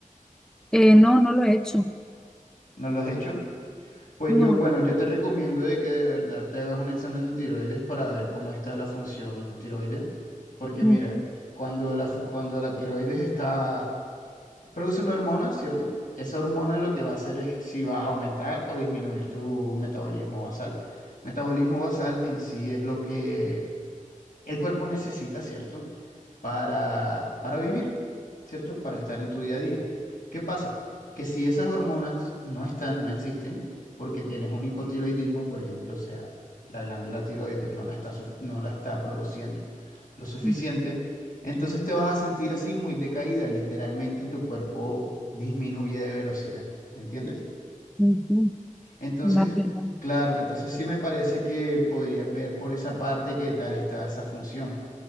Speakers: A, in the centre; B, on the left (about 75°).
A: Eh, no, no lo he hecho.
B: ¿No lo has hecho? Pues
A: No.
B: yo, bueno, yo te recomiendo de que de verdad te hagas un examen de tiroides para ver cómo está la función tiroides. Porque mira,
A: Mm,
B: cuando la, fu- cuando la tiroides está, produce una hormona, ¿cierto? Esa hormona lo que va a hacer es si va a aumentar o disminuir tu metabolismo basal. Metabolismo basal en sí es lo que el cuerpo necesita, ¿cierto? Para, para vivir, ¿cierto? Para estar en tu día a día. ¿Qué pasa? Que si esas hormonas no están, no existen, porque tienes un hipotiroidismo, por ejemplo, o sea, la glándula tiroides no la está, suf- no la está produciendo lo suficiente,
A: mm,
B: entonces te vas a sentir así muy decaída, literalmente tu cuerpo disminuye de velocidad, ¿entiendes?
A: mm, mm.
B: Entonces,
A: Vale, vale.
B: claro, entonces sí me parece que podrías ver por esa parte qué tal está esa función.